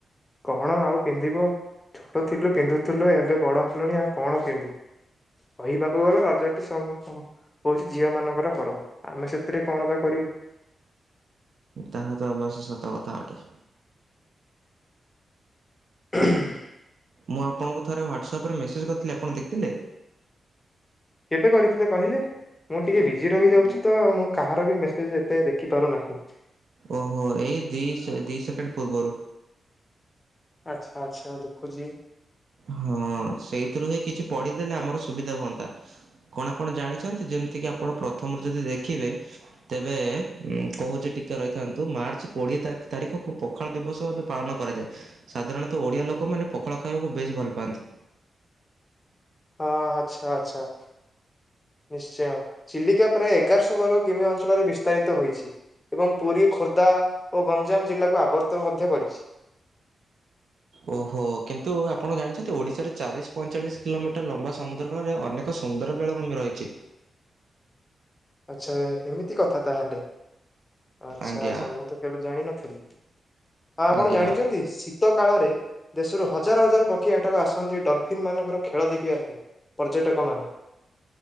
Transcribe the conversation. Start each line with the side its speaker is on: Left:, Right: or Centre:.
Left: କଣ ଆଉ ପିନ୍ଧିବ? ଛୋଟ ଥିଲୁ ପିନ୍ଧୁଥିଲୁ। ଏବେ ବଡ଼ ହେଲଣି ଆଉ କଣ ପିନ୍ଧିବୁ? କହିବାକୁ ଗଲେ ରଜଟି ସମୁ ସ ହୋଉଛି ଝିଅ ମାନଙ୍କର ପର୍ବ। ଆମେ ସେଥିରେ କଣ ବା କରିବୁ।
Right: ତାହା ତ ଅବାଶ୍ୟ ସତ କଥା ଅଟେ।
Left: ହୁଁ <unintelligible>
Right: ମୁଁ ଆପଣଙ୍କୁ ଥରେ ହ୍ୱାଟ୍ସ୍ ସପ୍ ରେ ମେସେଜ୍ କରିଥିଲି, ଆପଣ ଦେଖିଥିଲେ?
Left: କେବେ କରିଥିଲେ କହିଲେ? ମୁଁ ଟିକେ ବିଜି ରହିଯାଉଛି ତ, ମୁଁ କାହାର ବି ମେସେଜ୍ ଏତେ ଦେଖିପାରୁନାହିଁ।
Right: ଓହୋ। ଏଇ ଦି ସେକ୍-ଦି ସେକେଣ୍ଡ ପୂର୍ବରୁ।
Left: ଆଚ୍ଛା ଆଚ୍ଛା, ଦେଖୁଛି।
Right: ହଁ, ସେଇଥିରୁ ହିଁ କିଛି ପଢିଦେଲେ ଆମର ସୁବିଧା ହୁଅନ୍ତା। କଣ ଆପଣ ଜାଣିଛନ୍ତି ଯେମିତି କିି ଆପଣ ପ୍ରଥମରୁ ଯଦି ଦେଖିବେ ତେବେ କହୁଛି ଟିକେ ରହିଥାନ୍ତୁ ମାର୍ଚ୍ଚ କୋଡ଼ିଏ ତାକ ତାରିଖ କୁ ପ ଖାଳ ଦିବସ ଭାବେ ପାଳନ କରାଯାଏ। ସାଧାରଣତଃ ଓଡ଼ିଆ ଲୋକମାନେ ପଖାଳ ଖାଇବାକୁ ବେଶ୍ ଭଲ ପାଆନ୍ତି।
Left: ହଁ, ଆଚ୍ଛା ଆଚ୍ଛା। ନିଶ୍ଚୟ ଚିଲିକା ପ୍ରାୟ ଏଗାରଶହ ବର୍ଗ କିମି ଅଞ୍ଚଳରେ ବିସ୍ତାରିତ ହୋଇଛି। ଏବଂ ପୁରୀ ଖୋର୍ଦ୍ଧା ଓ ଗଞ୍ଜାମ ଜିଲ୍ଲାକୁ ଆବର୍ତ୍ତନ ମଧ୍ୟ କରିଛି।
Right: ଓହୋ କିନ୍ତୁ ଆପଣ ଜାଣିଛନ୍ତି ଓଡ଼ିଶାରେ ଚାଳିଶି ପଇଁଚାଳିଶି କିଲୋମିଟର ଲମ୍ବା ସମୁଦ୍ର କଳରେ ଅନେକ ଏକ ସୁନ୍ଦର ବେଳାଭୂମି ରହିଛି।
Left: ଆଚ୍ଛା ହେମିତି କଥା ତାହେଲେ ଆଚ୍ଛା
Right: ଆଜ୍ଞା
Left: ଆଚ୍ଛା ମୁଁ ତ କେବେ ଜାଣିନଥିଲି। ଆପଣ
Right: ଆଜ୍ଞା
Left: ଜାଣିଛନ୍ତି ଶି ସିତ କାଳରେ ଦେଶରୁ ହଜାର ହଜାର ପକ୍ଷୀ ଏଠାକୁ ଆସନ୍ତି ଡଲଫିନ୍ ମାନଙ୍କର ଖେଳ ଦେଖିବା ପାଇଁ। ପର୍ଯ୍ୟଟକ ମାନେ।